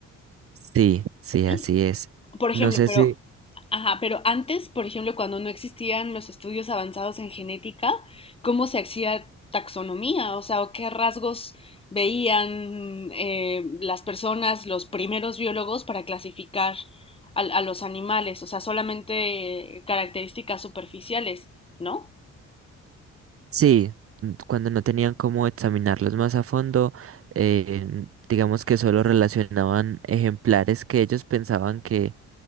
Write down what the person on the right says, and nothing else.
Sí, sí,
así es.
No sé
si,
sí, n- cuando no tenían cómo examinarlos más a fondo, eh, digamos que solo relacionaban ejemplares que ellos pensaban que,